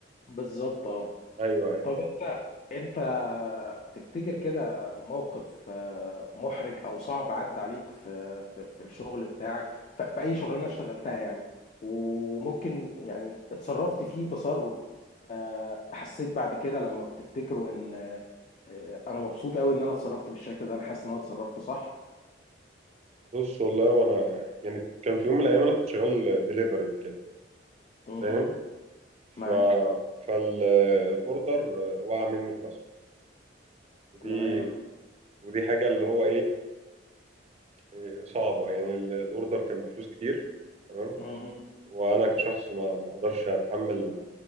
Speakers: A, on the left; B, on the right.
A: بالظبط آه.
B: ايوه ايوه
A: طب انت انت تفتكر كده موقف آه، محرج او صعب عدى عليك في في, في الشغل بتاعك ف- في اي شغلانه اشتغلتها يعني وممكن يعني اتصرفت فيه تصرف آه، حسيت بعد كده لما بتفتكره ان آه، انا مبسوط قوي ان انا اتصرفت بالشكل ده انا حاسس ان انا اتصرفت صح
B: بص والله وانا يعني كان في يوم من الايام انا كنت شغال ديليفري وكده
A: مهم.
B: فاهم ف
A: معاك
B: فالاوردر وقع مني الكسر ودي
A: تمام
B: ودي حاجه اللي هو ايه إيه، صعبه يعني الاوردر كان بفلوس كتير تمام
A: مهم.
B: وانا كشخص ما ما اقدرش اتحمل